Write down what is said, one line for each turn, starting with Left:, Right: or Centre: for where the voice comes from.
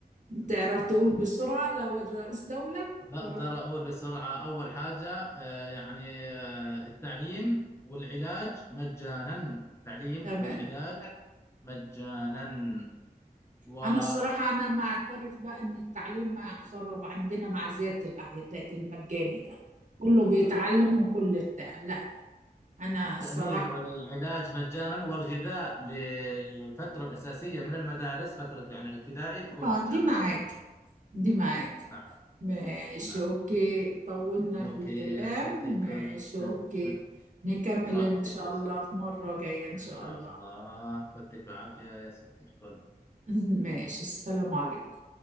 Left: تمام
Right: تعرف تقول
Left: تمام
Right: بسرعة لو رئيس دولة
Left: بقدر
Right: قرر
Left: أقول بسرعة أول حاجة آه، يعني آه، التعليم والعلاج مجانا تعليم
Right: تمام
Left: والعلاج مجانا و
Right: أنا الصراحة أنا ما أعترف بقى إن التعليم ما خرب عندنا مع زيادة الأعداد المجاني ده كله بيتعلم وكل بتاع لا أنا
Left: التأمين
Right: الصراحة
Left: <laughs> والعلاج مجانا والغذاء للفترة الأساسية من المدارس فترة يعني الابتدائي تكون
Right: آه،
Left: مجانا
Right: دي معاك
Left: برضو من المدارس.
Right: دي معاك
Left: نعم
Right: ماشي
Left: نعم
Right: أوكي طولنا
Left: أوكي
Right: في الكلام
Left: يا ستي الكل
Right: ماشي
Left: <laughs>
Right: أوكي نكمل
Left: براحتك
Right: إن شاء
Left: يا
Right: الله
Left: ستي
Right: في مرة جاية إن شاء
Left: إن شاء
Right: الله
Left: الله فتك بعافية يا ستي الكل
Right: <laughs> ماشي السلام عليكم